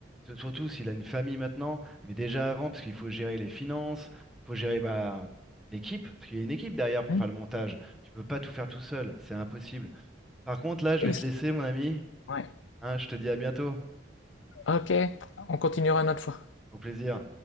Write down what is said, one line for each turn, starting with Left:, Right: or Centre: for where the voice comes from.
Centre: S- Surtout s'il a une famille maintenant, mais déjà avant, parce qu'il faut gérer les finances, faut gérer bah, l'équipe, parce qu'il y a une équipe derrière pour
Left: Hmm.
Centre: faire le montage. Tu peux pas tout faire tout seul, c'est impossible. Par contre, là, je
Left: Ils-
Centre: vais te laisser, mon ami.
Left: Ouais.
Centre: Hein, je te dis à bientôt.
Left: Ok, on continuera une autre fois.
Centre: Au plaisir.